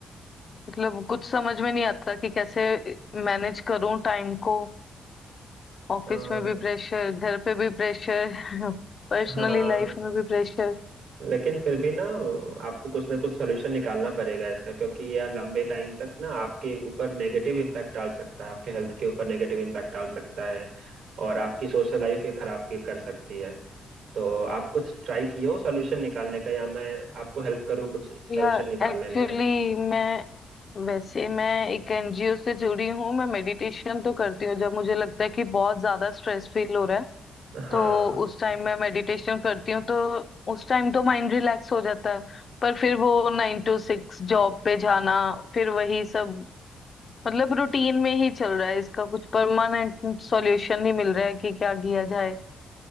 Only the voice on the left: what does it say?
मतलब कुछ समझ में नहीं आता कि कैसे मैनेज करूं टाइम को ऑफिस
में भी प्रेशर घर पे भी प्रेशर पर्सनली
लाइफ <laughs> में भी प्रेशर
या
एक्चुअली
मैं वैसे मैं एक एनजीओ से जुड़ी हूँ मैं मेडिटेशन तो करती हूँ जब मुझे लगता है कि बहुत ज्यादा स्ट्रेस फील हो रहा है
तो उस टाइम मैं मेडिटेशन करती हूँ तो उस टाइम तो माइंड रिलैक्स हो जाता है पर फिर वो नाइन टू सिक्स जॉब पे जाना फिर वही सब मतलब रूटीन में ही चल रहा है इसका कुछ परमानेंट सॉल्यूशन नहीं मिल रहा है कि क्या किया जाए